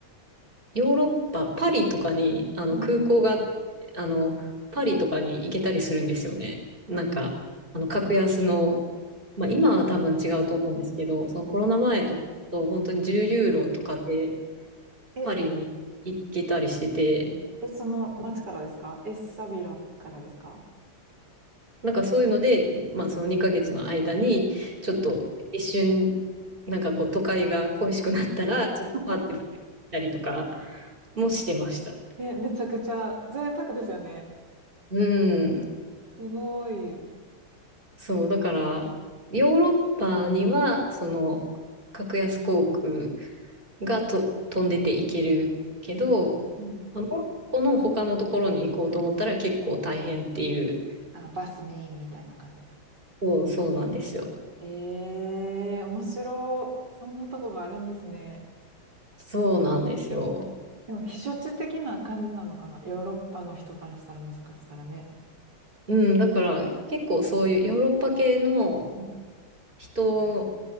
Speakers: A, on the right; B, on the right.
A: ヨーロッパ、パリとかに、あの、
B: うん。
A: 空港が、あの、パリとかに行けたりするんですよね。なんか、あの、格安の、まあ、今は多分違うと思うんですけど、そのコロナ前と、
B: はい
A: と本当に10ユーロとかで
B: え、
A: パリに行けたりしてて、
B: え、その町からですかえ、エッサビラからですか
A: なんかそういうので、まあ、その2ヶ月の間に、ちょっと一瞬、
B: うん
A: なんかこう、都会が恋しくなったら、ちょっとパーって行っ
B: <laughs>
A: たりとかもしてました。
B: え、めちゃくちゃ贅沢ですよね。
A: うん。
B: すごい。
A: そう、だから、ヨーロッパには、その、格安航空がと飛んでていけるけど、
B: うん。
A: まあモロッコの他のところに行こうと思ったら結構大変っていう。
B: あ、バスメインみたいな感じですか。
A: そう、そうなんですよ。
B: ええ面白い。そんなとこがあるんですね。
A: そうなんですよ。
B: でも、避暑地的な感じなのかな。ヨーロッパの人からしたらもしかしたらね。
A: うん、だから結構そういうヨーロッパ系の
B: うん。
A: 人